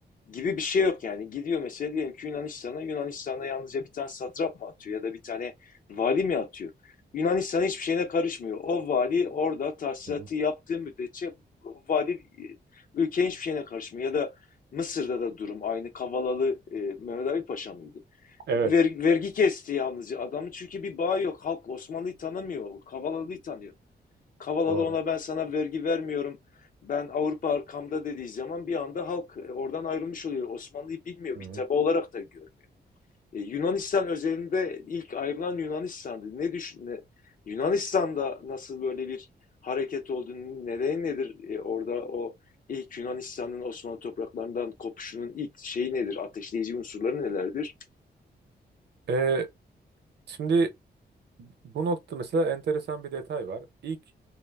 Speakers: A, on the left; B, on the right.
A: gibi bir şey yok yani. Gidiyor mesela diyelim ki Yunanistan'a, Yunanistan'a yalnızca bir tane satrap mı atıyor ya da bir tane vali mi atıyor? Yunanistan hiçbir şeyine karışmıyor. O vali orada tahsilatı
B: hı hı.
A: yaptığı müddetçe vali e, ülkenin hiçbir şeyine karışmıyor. Ya da Mısır'da da durum aynı. Kavalalı e, Mehmet Ali Paşa mıydı?
B: Evet.
A: Ver- vergi kesti yalnızca adamın çünkü bir bağı yok. Halk Osmanlı'yı tanımıyor. Kavalalı'yı tanıyor. Kavalalı
B: Doğru.
A: ona ben sana vergi vermiyorum. Ben Avrupa arkamda dediği zaman bir anda halk e, oradan ayrılmış oluyor. Osmanlı'yı bilmiyor,
B: Hı
A: bir
B: hı.
A: taba olarak da görmüyor. E, Yunanistan özelinde ilk ayrılan Yunanistan'dı. Ne düşün, ne- Yunanistan'da nasıl böyle bir hareket olduğunu nedeni nedir? E, orada o ilk Yunanistan'ın Osmanlı topraklarından kopuşunun ilk şeyi nedir? Ateşleyici unsurları nelerdir?
B: Ee, şimdi bu nokta mesela enteresan bir detay var. İlk